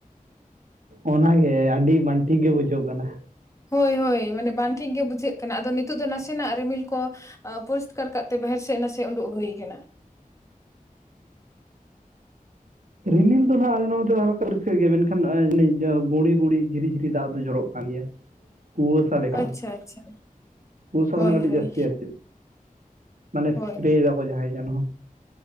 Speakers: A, on the right (about 65°); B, on the left (about 20°).
A: ᱚᱱᱟ ᱜᱮ ᱟᱹᱰᱤ ᱵᱟᱝᱟ ᱴᱷᱤᱠ ᱜᱮ ᱵᱩᱡᱷᱟᱹᱜ ᱠᱟᱱᱟ᱾
B: ᱦᱳᱭ ᱦᱳᱭ ᱢᱟᱱᱮ ᱵᱟᱝ ᱴᱷᱤᱠ ᱜᱮ ᱵᱩᱡᱷᱟᱹᱜ ᱠᱟᱱᱟ ᱟᱫᱚ ᱱᱤᱛᱚᱜ ᱫᱚ ᱱᱟᱥᱮᱱᱟᱜ ᱨᱤᱢᱤᱞ ᱠᱚ ᱯᱚᱨᱤᱥᱠᱟᱨ ᱠᱟᱜᱛᱮ ᱵᱟᱦᱮᱨ ᱥᱮᱫ ᱱᱟᱥᱮ ᱩᱰᱩᱠ ᱦᱩᱭ ᱠᱟᱱᱟ᱾
A: ᱨᱤᱢᱤᱞ ᱫᱚ ᱦᱟᱜ ᱟᱞᱮ ᱱᱚᱛᱮ ᱫᱚ ᱦᱟᱞᱠᱟ ᱨᱤᱠᱷᱟ ᱜᱮ ᱢᱮᱱᱠᱷᱟᱱ ᱜᱩᱲᱤ ᱜᱩᱲᱤ ᱡᱷᱤᱨᱤ ᱡᱷᱤᱨᱤ ᱫᱟᱜ ᱫᱚ ᱡᱚᱨᱚᱜ ᱠᱟᱱ ᱜᱮᱭᱟ᱾ ᱠᱩᱣᱟᱹᱥᱟ ᱞᱮᱠᱟ
B: ᱟᱪᱪᱷᱟ ᱟᱪᱪᱷᱟ
A: ᱠᱩᱣᱟᱹᱥᱟ
B: ᱦᱳᱭ
A: ᱠᱷᱚᱱᱟᱜ ᱠᱟᱹᱴᱤᱡ
B: ᱦᱳᱭ
A: ᱡᱟᱹᱥᱛᱤ ᱟᱨ ᱪᱮᱫ᱾ ᱢᱟᱱᱮ ᱮᱥᱯᱨᱮ
B: ᱦᱳᱭ
A: ᱮᱫᱟᱠᱚ ᱡᱟᱦᱟᱸᱭ ᱡᱮᱱᱚ᱾